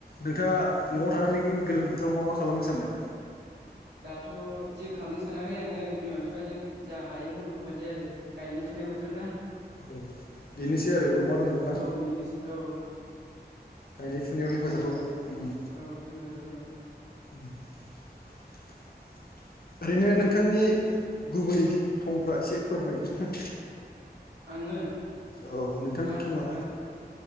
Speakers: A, on the left; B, on the right.
A: नोंथाङा न'आव थानानै गोलोम बोथोराव मा मा खालामनो सानदों?
B: दाथ' जेबो खालामनो सानाखै आङो बिमा बिफाजों जा हायो मद होफानोसै आरो गायनाय फुनाय बोथोर ना।
A: औ बेनोसै
B: औ
A: आरोबाव मा दंबावो ना।
B: औ बेनोसै औ
A: गायनाय फुनायाव
B: फुनाय
A: हेफाजाब
B: ना
A: होबाय, उम।
B: औ हेफाजाब होबाय
A: <unintelligible> ओरैनो नोंथांनि गुबै थंफ्रा एसे फोरमायदो
B: आङो आं
A: औ नोंथांनि
B: आन
A: थङा
B: आन